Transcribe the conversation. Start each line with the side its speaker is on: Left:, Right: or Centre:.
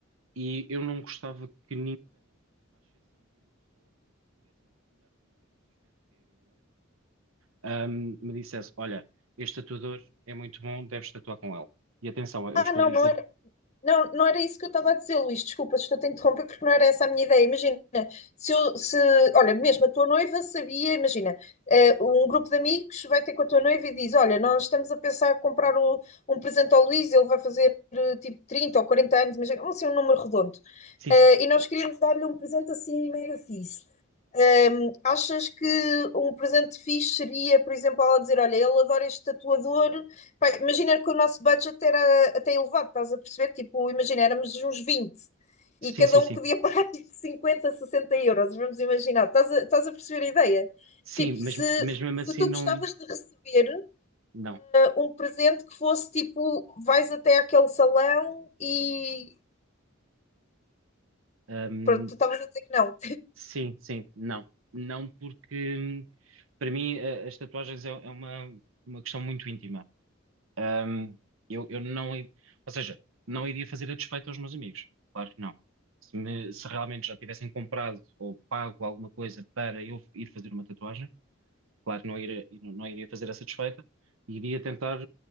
Right: e eu não gostava que ahm, me dissesse: Olha, este tatuador é muito bom, deves tatuar com ele. E atenção, eu
Left: Ah,
Right: estou
Left: não,
Right: a dizer:
Left: não Não, não era isso que eu estava a dizer, Luís. Desculpa, estou-te a interromper porque não era essa a minha ideia. Imagina, se eu, se, olha, mesmo a tua noiva sabia, imagina, eh, um grupo de amigos vai ter com a tua noiva e diz: Olha, nós estamos a pensar em comprar o- um presente ao Luís, ele vai fazer eh, tipo 30 ou 40 anos, imagina, assim, um número redondo.
Right: Sim,
Left: Eh,
Right: sim, sim.
Left: e nós queríamos dar-lhe um presente assim mega fixe. Hum, achas que um presente fixe seria, por exemplo, ela dizer: Olha, ele adora este tatuador. Pá, imagina que o nosso budget era até elevado, estás a perceber? Tipo, imagina, éramos uns 20
Right: Sim,
Left: e cada
Right: sim, sim.
Left: um podia pagar <laughs> tipo 50, 60 euros. Vamos imaginar, estás a, estás a perceber a ideia?
Right: Sim,
Left: Tipo, se,
Right: mas, mas mesmo
Left: se
Right: assim,
Left: tu
Right: não.
Left: gostavas de receber uh,
Right: Não.
Left: um presente que fosse tipo: vais até aquele salão e.
Right: Ahm,
Left: Pronto, tu estavas a dizer que não.
Right: sim, sim, não. Não, porque hum, para mim a- as tatuagens é, é uma, uma questão muito íntima. Ahm, eu, eu não. i- Ou seja, não iria fazer a despeito aos meus amigos. Claro que não. Se, me- se realmente já tivessem comprado ou pago alguma coisa para eu ir fazer uma tatuagem. Claro, não iria, não iria fazer essa desfeita, e iria tentar.